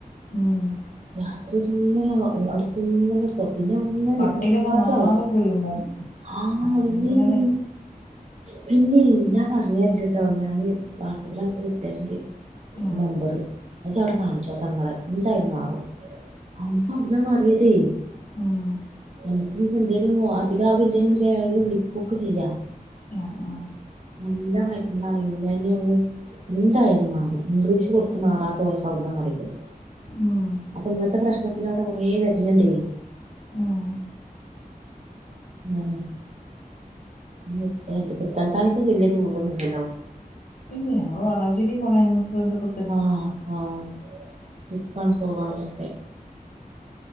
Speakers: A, on the left; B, on the right.
A: ഉം
B: രാത്രിന്ന <unintelligible> പിന്നെ ഒന്നെ
A: കട്ടിലൊക്കെ
B: നിക്കാതായി
A: ഒന്നാകെ കുലുങ്ങും
B: ആഹ്
A: അങ്ങനെ
B: അതെന്നേ നീ പിന്നെ ഞാൻ പറഞ്ഞരണ്ട്ട്ടോ ഞാന് വാട്സപ്പിൽ അനക്ക് വിട്ടര്ണ്ട്
A: ആഹ്
B: നമ്പറ് ജ്ജ അവിടെ കാണിച്ചോ നിങ്ങളെ എന്തായാലും മാറും അവനക്ക് അവിട്ന്നാ മാറിയതേ
A: ഉം
B: അപ്പോ എന്തെലും അധികാവ എന്തലും വിളിക്കുക്കെ ചെയ്യാം
A: ആഹ് ആഹ്
B: നല്ല മരുന്നാണ് <unintelligible> ന്തായാലും മാറും ഇംഗ്ലീഷ് കൊടുത്ത് മാറാത്ത ഒൾക്ക് അവിട്ന്നാണ് മറിക്ക്ണ്
A: ഉം
B: അപ്പൊ ഇങ്ങത്തെ പ്രശ്നത്തിൽ അവിടെ കുറെ മരുന്നുണ്ടേ
A: ഉം
B: ഉം വിട്ടരന്റ് പുത്തനത്താണിക്ക് വെല്ല്യ ദൂരൊന്നു ഇല്ലല്ലോ
A: ഇല്ലെയ്‌ ഞങ്ങള് വാളാഞ്ചേരിൽ പോണെ ഞങ്ങക്ക് ന്ത് പു
B: ആഹ് ആഹ് ഇപ്പാണ് പോവാനക്കെ